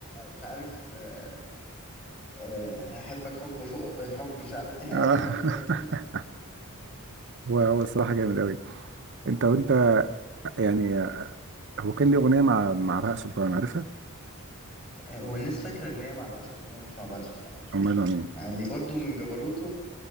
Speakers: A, on the left (about 30°); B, on the right (about 55°).
A: مش عارف آه، آه، هحبك حب فوق الحب مش عارف ايه قاعد
B: آه
A: يقول
B: <laughs>
A: أي كلام كده
B: هو هو الصراحة جامد أوي انت وانت يعني هو كان ليه اغنيه مع مع بهاء سلطان عارفها
A: هو الناس فاكرة إن هي مع بهاء سلطان أنا مش مع بهاء سلطان على فكرة
B: او ماله مين
A: يعني برضو من جبروته